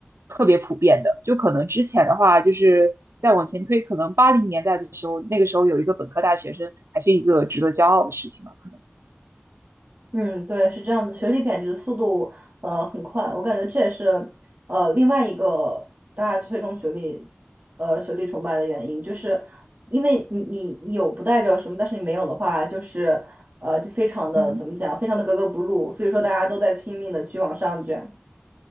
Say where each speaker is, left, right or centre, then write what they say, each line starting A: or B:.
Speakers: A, on the right; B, on the right.
A: 特别普遍的。就可能之前的话，就是再往前推，可能八零年代的时候，那个时候有一个本科大学生，还是一个值得骄傲的事情吧，可能。
B: 嗯，对，是这样的，学历贬值速度呃很快，我感觉这也是呃另外一个大家推崇学历呃学历崇拜的原因，就是因为你你你有不代表什么，但是你没有的话，就是呃就非常的怎么讲，
A: 嗯。
B: 非常的格格不入，所以说大家都在拼命的去往上卷。